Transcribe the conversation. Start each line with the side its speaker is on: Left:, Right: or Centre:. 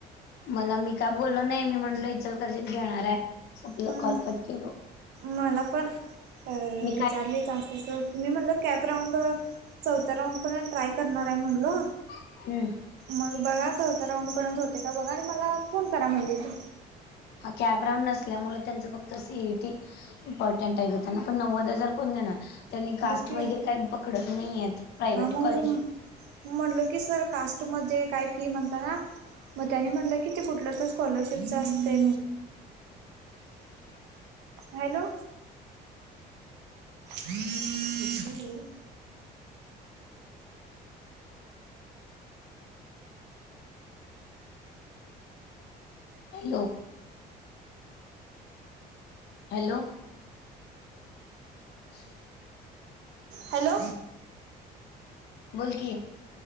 Left: मला मी काय बोलल नाही मी म्हणटल हचल कर्शीित घेणार आहे सपलं
Right: हम्म
Left: कॉलकट केलो
Right: मला पण अ
Left: मी
Right: विचारली
Left: काय
Right: तं मी म्हणलं कॅप राऊंड चौथ्या राऊंड पण ट्राय म्हल
Left: हम्म.
Right: म ब राऊंड पर्यंत होते का बघा आणि मला फोन करा म्हणली त
Left: हा कॅप रांड नसल्यामुळे त्यांच फक्त सीईटी इम्पॉर्टंट आहे होना पण नव्वद हजार को त्यां कास्ट
Right: बघ की
Left: वगैरे काही पकडत नाही प्रायवट
Right: हा मग
Left: कॉलेज
Right: मी म्हणलो की सर कास्ट मध्ये काय फी म्हणता ना मग त्यानी म्हटलं की ते कुठलं तर स्कॉलरशिपच असते हॅलो ह ह
Left: हॅलो हॅलो ह
Right: हॅलो
Left: बोलकी